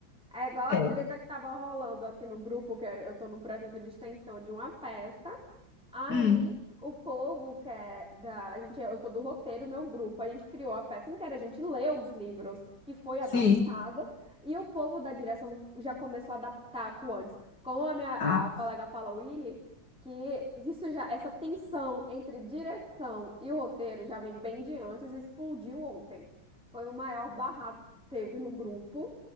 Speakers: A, in the centre; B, on the left.
A: É igual a
B: É.
A: treta que tava rolando aqui no grupo, que eu tô num projeto de extensão de uma peça. Aí
B: Hum,
A: o povo que é da, a gente, eu sou do roteiro, meu grupo, a gente criou a peça inteira, a gente leu os livros que foi adaptado
B: sim.
A: e o povo da direção já começou a adaptar com antes. Como a minha
B: Ah,
A: a colega fala, Willy, que isso já essa tensão entre direção e o roteiro já vem bem de antes, e explodiu ontem. Foi o maior barraco que teve no grupo.